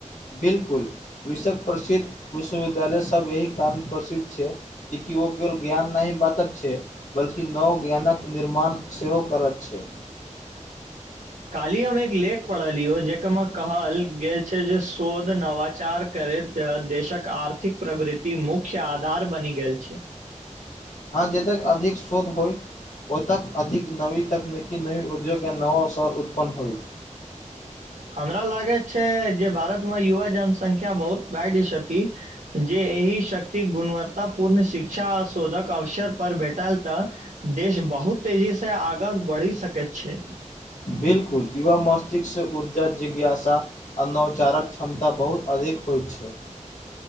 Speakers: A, on the left; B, on the right.
A: बिलकुल विशक प्रसिद्ध विश्वविद्यालय सब एहि कण प्रसिद्ध छै कि ओ केवल ज्ञान नहि बातक छै बल्कि नव ज्ञानक निर्माण सेहो करत छै
B: काली हम एक लेख पढ़लियौ जकरामे कहल गेल छै जे शोध नवाचार करैत त देशक आर्थिक प्रगृति मुख्य आधार बनि गेल छै
A: हँ जतेक अधिक शोध होय ओतय अधिक नवी तकनीकी नवी उद्योग या नवा अवसर उत्पन्न होय
B: हमरा लागे छै जे भारतमे युवा जनसंख्या बहुत बढ़िती जे एहि शक्ति गुणवतत्ता पूर्ण शिक्षा आ शोधक अवसर पर भेटल तऽ देश बहुत तेजीसँ आगाँ बढ़ि सकैत छै
A: बिलकुल यूवा मस््तिष्क ऊर्जा जिज्ञासा अनौचारक क्षमता बहुत अधिक होइत छै